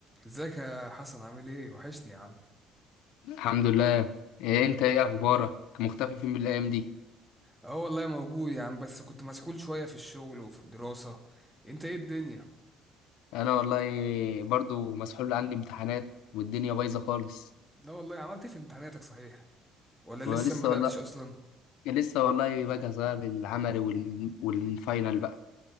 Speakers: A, in the centre; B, on the left (about 80°).
A: ازيك يا حسن عامل ايه وحشني يا عم
B: الحمد لله إيه انت ايه اخبارك مختفي فين من الايام دي
A: اه والله موجود يا عم بس كنت مسحول شوية في الشغل وفي الدراسة انت ايه الدنيا
B: انا والله برضو مسحول عندي امتحانات والدنيا بايظه خالص
A: لا والله عملت ايه في امتحاناتك صحيح ولا لسه
B: ولسه
A: ما بدأتش
B: والله
A: اصلا
B: لسه والله بجهز بقى للعمل وال... والفاينل بقى